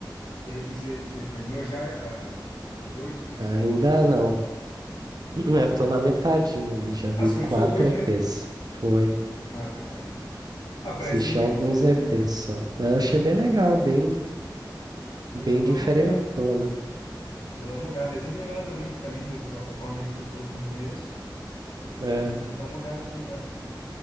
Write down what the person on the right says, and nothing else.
Ainda não.
<clears throat> Eu tô na metadinha ali, já vi
quatro
EPs.
Foi.
Assisti
alguns EPs
só. Mas eu achei bem legal, bem,
bem
diferentona.
Aham.